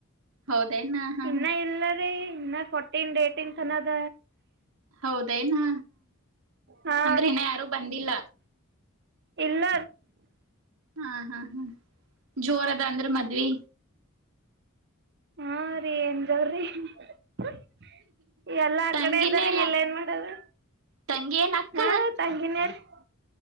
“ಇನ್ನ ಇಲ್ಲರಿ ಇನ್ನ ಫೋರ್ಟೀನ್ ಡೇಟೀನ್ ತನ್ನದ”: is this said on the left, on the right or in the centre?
Right